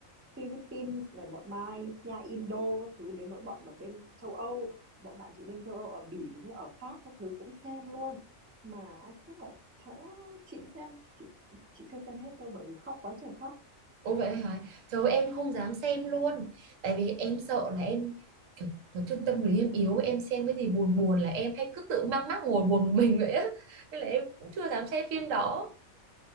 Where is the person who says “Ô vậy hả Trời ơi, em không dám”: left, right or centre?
Right